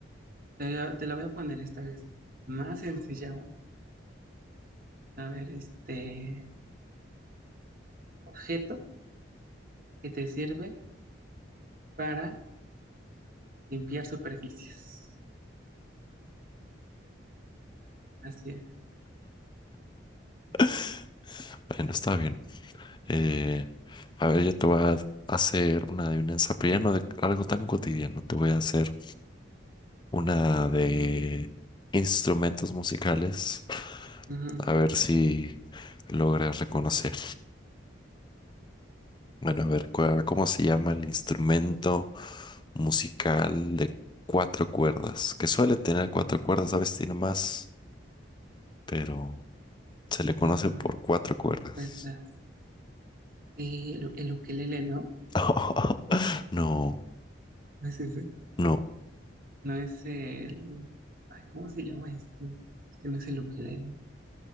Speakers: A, on the right; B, on the left.
A: te, voy a- te la voy a poner esta vez. Más sencilla aún. A ver, este objeto que te sirve para Limpiar superficies. Así es.
B: <laughs> Bueno, está bien. Eh, a ver, yo te voy a hacer una adivinanza, pero ya no de algo tan cotidiano. Te voy a hacer una de instrumentos musicales.
A: Ujú,
B: A ver si logras reconocer. Bueno, a ver, cua- ¿cómo se llama el instrumento musical de cuatro cuerdas? Que suele tener cuatro cuerdas, a veces tiene más, pero se le conoce
A: ujú,
B: por cuatro cuerdas.
A: Puertas. Sí, el, el ukelele, ¿no?
B: <laughs> No,
A: No es ese.
B: no.
A: No es el... Ay, ¿cómo se llama este? Este no es el ukelele.